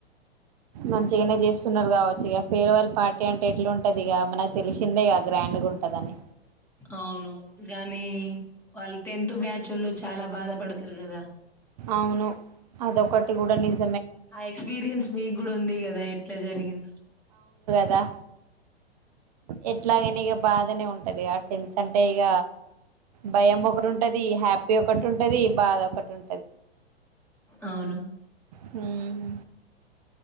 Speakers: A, on the right; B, in the centre.
A: మంచిగనే చేస్తున్నరు కావచ్చు ఇగ ఫేర్వెల్ పార్టీ అంటే ఎట్లుంటది ఇగ మనకు తెలిసిందేగా గ్రాండ్గా ఉంటదని.
B: అవును గానీ వాళ్ళు టెన్త్ బ్యాచ్ వాళ్ళు చాలా బాధ పడతరు కదా.
A: అవును అదొకటి కూడా నిజ
B: ఆ ఎక్స్పీరియన్స్ మీక్ గుడ ఉంది కదా ఎట్లా జరిగిందో
A: రా ఎట్లాగైన ఇగ బాధనే ఉంటది. అ టెంత అంటే ఇగ భయం ఒకరు ఉం ఉంటది హ్యాపీ ఒకటుంటది. బాధ ఒకటుం
B: అవును.
A: హ్మ్